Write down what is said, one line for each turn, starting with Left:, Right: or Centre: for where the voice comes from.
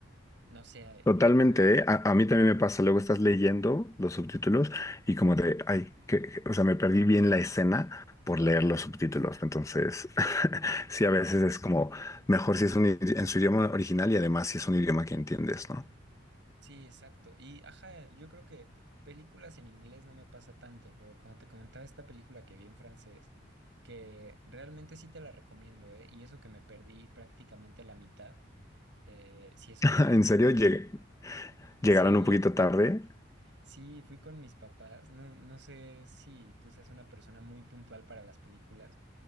Right: no sé,
Left: Totalmente,
Right: yo
Left: ¿eh? A, a mí también me pasa, luego estás leyendo los subtítulos y como de, ay, que, o sea, me perdí bien la escena por leer los subtítulos. Entonces, <laughs> sí, a veces es como mejor si es un idi- en su idioma original y además si es un idioma que entiendes, ¿no?
Right: sí, exacto. Y ajá, yo creo que películas en inglés no me pasa tanto, pero como te comentaba esta película que vi en francés, que realmente sí te la recomiendo, ¿eh? Y eso que me perdí prácticamente la mitad, eh, sí es una
Left: <laughs>
Right: película
Left: En serio,
Right: que...
Left: Lleg- llegaron
Right: Sí,
Left: un poquito tarde.
Right: Sí, fui con mis papás. No, no sé si tú seas una persona muy puntual para las películas.